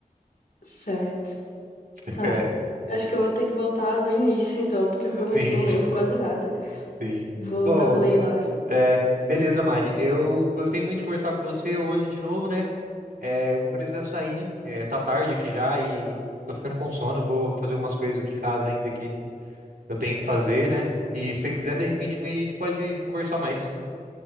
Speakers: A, on the left (about 80°); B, on the right (about 85°).
A: Certo.
B: <laughs>
A: Tá.
B: É,
A: Eu Acho que eu vou ter que voltar do início, <laughs> então, porque eu realmente
B: sim,
A: não lembro quase nada.
B: sim.
A: Vou
B: Bom,
A: dar play lá. em-
B: é, beleza, Mari. Eu gostei muito de conversar com você hoje de novo, né? É, eu vou precisar sair. É, tá tarde aqui já e tô ficando com sono. eu Vou fazer umas coisas aqui em casa ainda que eu tenho que fazer, né? E se você quiser, de repente, meio a gente pode conversar mais.